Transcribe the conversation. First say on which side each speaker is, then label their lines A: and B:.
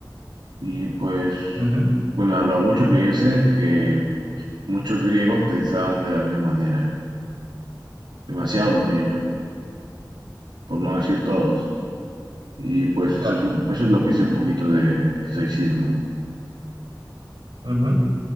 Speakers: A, on the right (about 85°); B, on the right (about 75°).
A: Y pues,
B: Ujú,
A: bueno, lo mucho que yo sé es que muchos griegos pensaban de la misma manera, demasiado diría yo, por no decir todos. Y pues
B: claro.
A: eso es lo, eso es lo que sé un poquito de estoicismo.
B: Ujú.